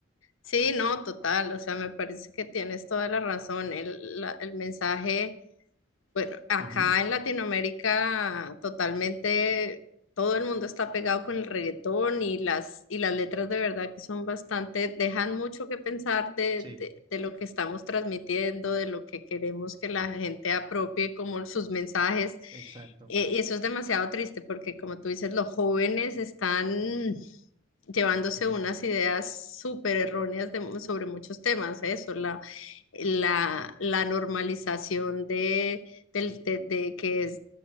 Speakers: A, on the left; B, on the right.
A: Sí, no, total, o sea, me parece que tienes toda la razón. El, la- el mensaje Bueno, acá
B: Ujú,
A: en Latinoamérica totalmente todo el mundo está pegado con el reggaetón y las, y las letras de verdad que son bastante, dejan mucho que pensar de,
B: Sí,
A: de, de lo que estamos transmitiendo, de lo que queremos que la gente apropie como sus mensajes.
B: exacto.
A: Eh, y eso es demasiado triste porque como tú dices, los jóvenes están llevándose
B: Ujú,
A: unas ideas súper erróneas de- sobre muchos temas, ¿eh? eso, la, la, la normalización de del- de, de que es-